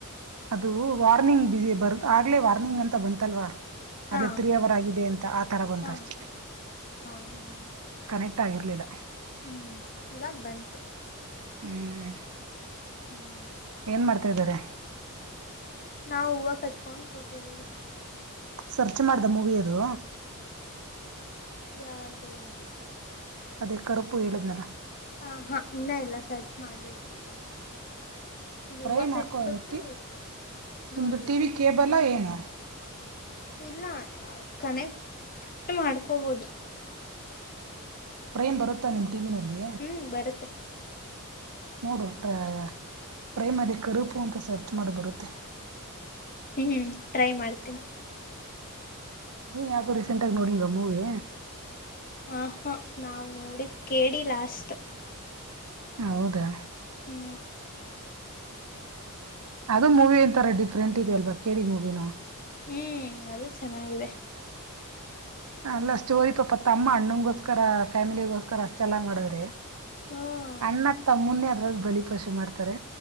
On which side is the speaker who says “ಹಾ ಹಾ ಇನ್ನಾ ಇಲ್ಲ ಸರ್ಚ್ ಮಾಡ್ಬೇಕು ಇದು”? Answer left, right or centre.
Left